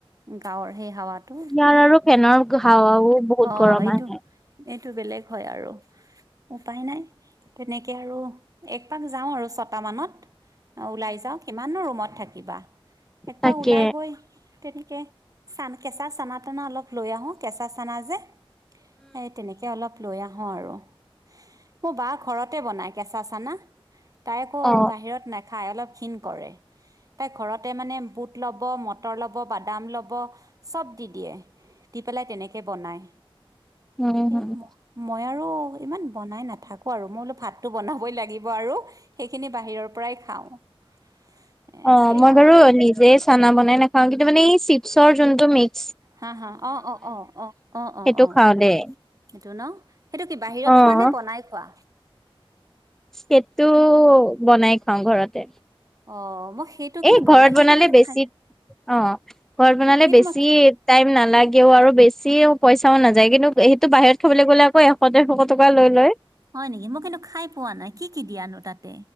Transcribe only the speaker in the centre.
ইয়াৰ আৰু ফেনৰ হাৱাও বহুত
গৰম
আহে
তাকে
অ
অ'।
অ'
মই বাৰু নিজে চানা বনাই নাখাও কিন্তু মানে এই চিপছৰ যোনটো মিক
সেইটো খাওঁ দেই
অ
সেটো বনাই খাওঁ ঘৰতে।
এ ঘৰত
বনালে
বেছি
অ' ঘৰত বনালে
বেছি
টাইম নালাগেও আৰু বেছিও পইচ চাও নাযায় কিন্তু সেইটো বাহিৰত খাবলৈ গ'লে আকৌ এশ দেৰশ টকা লৈ লয়।